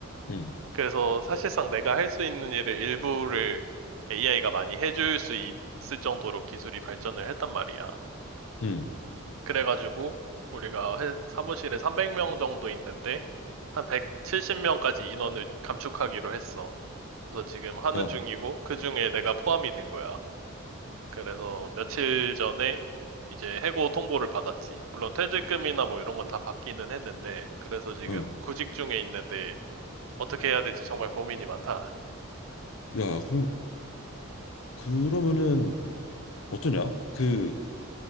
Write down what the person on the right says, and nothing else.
그래서 사실상 내가 할 수 있는 일을 일부를 AI가 많이 해줄 수 있을 정도로 기술이 발전을 했단 말이야.
그래가지고 우리가 회- 사무실에 300명 정도 있는데 한 170명까지 인원을 감축하기로 했어. 그래서 지금 하는
중이고 그중에 내가 포함이 된 거야. 그래서 며칠 전에 이제 해고 통보를 받았지. 물론 퇴직금이나 뭐 이런 건 다 받기는 했는데 그래서 지금
구직 중에 있는데 어떻게 해야 될지 정말 고민이 많다.